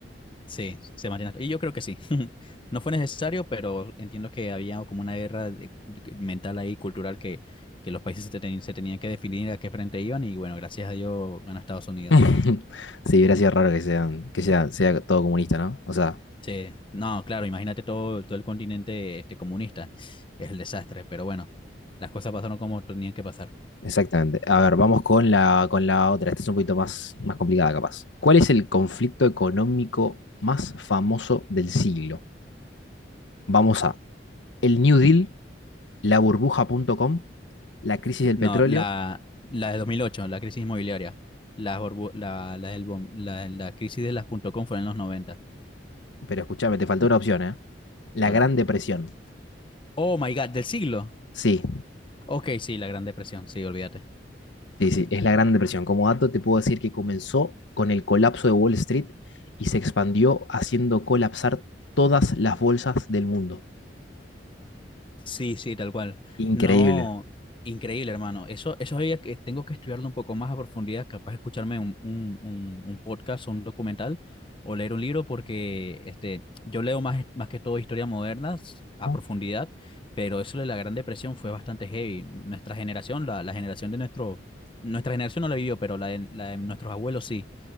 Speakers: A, on the left; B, on the left.
A: Sí, se mantiene. Y yo creo que sí. <laughs> No fue necesario, pero entiendo que había como una guerra de- mental ahí, cultural, que, que los países se, teni- se tenían que definir a qué frente iban y bueno, gracias a Dios ganó Estados Unidos.
B: <laughs> Sí, hubiera sido raro que sean, que sea, sea todo comunista, ¿no? O sea,
A: Sí, no, claro, imagínate todo, todo el continente este, comunista. Es el desastre, pero bueno, las cosas pasaron como tenían que pasar.
B: exactamente. A ver, vamos con la, con la otra. Esta es un poquito más, más complicada, capaz. ¿Cuál es el conflicto económico más famoso del siglo? Vamos a el New Deal, la burbuja punto .com, la crisis del
A: No,
B: petróleo,
A: la, la de 2008, la crisis inmobiliaria, la, borbu- la, la, del bom- la, la crisis de las punto .com fue en los 90.
B: pero escúchame, te faltó una opción, ¿eh? La
A: A
B: Gran
A: ver.
B: Depresión.
A: Oh my God, del siglo.
B: Sí,
A: Ok, sí, la Gran Depresión, sí, olvídate.
B: sí, sí, es la Gran Depresión. Como dato, te puedo decir que comenzó con el colapso de Wall Street y se expandió haciendo colapsar todas las bolsas del mundo.
A: Sí, sí, tal cual.
B: Increíble.
A: No, increíble, hermano. Eso, eso había que, tengo que estudiarlo un poco más a profundidad, capaz de escucharme un, un, un, un podcast o un documental o leer un libro, porque este, yo leo más, más que todo historia moderna a
B: Ujú.
A: profundidad, pero eso de la Gran Depresión fue bastante heavy. Nuestra generación, la, la generación de nuestro, nuestra generación no la vivió, pero la de, la de nuestros abuelos sí.